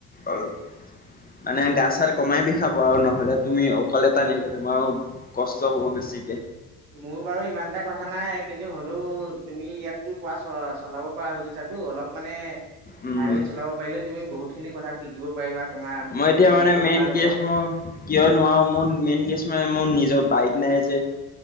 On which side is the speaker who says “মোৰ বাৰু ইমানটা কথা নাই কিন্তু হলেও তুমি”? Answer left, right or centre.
Right